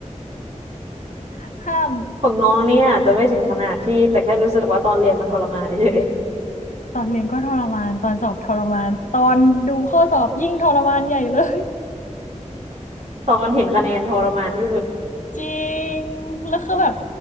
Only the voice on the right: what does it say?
ของน้องเนี่ยอาจจะไม่ถึงขนาดพี่แต่แค่รู้สึกว่าตอนเรียนมันทรมานเฉย
ๆตอนเห็นคะแนนทรมานที่สุด